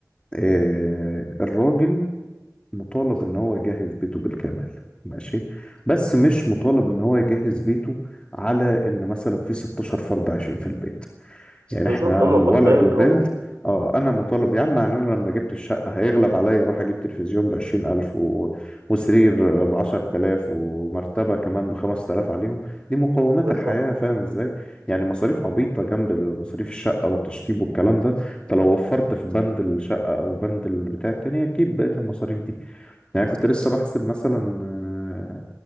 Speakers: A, on the left; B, on the right.
A: آه، الراجل مطالب ان هو يجهز بيته بالكامل ماشي بس مش مطالب ان هو يجهز بيته على ان مثلا في 16 فرد عايشين في البيت يعني
B: بالظبط
A: احنا
B: هما
A: ولد
B: فردين
A: وبنت
B: أو
A: اه انا مطالب يا عم يعني انا لما جبت الشقه هيغلب عليا اروح اجيب تلفزيون ب 20000 و... وسرير ب 10000 ومرتبه كمان ب 5000 عليهم دي مقومات
B: بالظبط
A: الحياه فاهم ازاي يعني مصاريف عبيطه جنب مصاريف الشقه والتشطيب والكلام ده انت لو وفرت في بند الشقه او بند البتاع التانية تجيب بقيه المصاريف دي يعني كنت لسه بحسب مثلا آه،